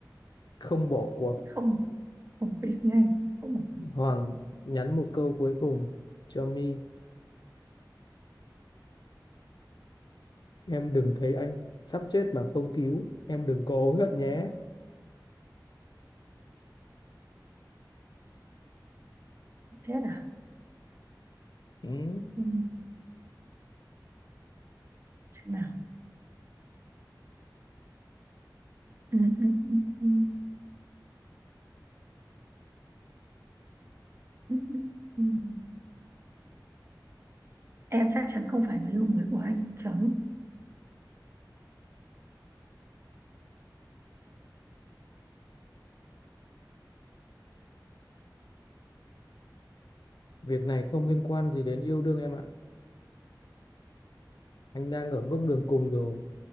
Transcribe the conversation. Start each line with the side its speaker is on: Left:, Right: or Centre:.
Left: Không bỏ cuộc.
Right: không không biết ngay không mà
Left: Hoàng nhắn một câu cuối cùng cho My. Em đừng thấy anh sắp chết mà không cứu. Em đừng có hối hận nhé.
Right: thế à?
Left: Ừ.
Right: Ừ. Xem nào. Ừ, ừ, ừ, ừ, ừ, ừ, ừ. Em chắc chắn không phải người yêu mới của anh chấm.
Left: Việc này không liên quan gì đến yêu đương em ạ. Anh đang ở bước đường cùng rồi.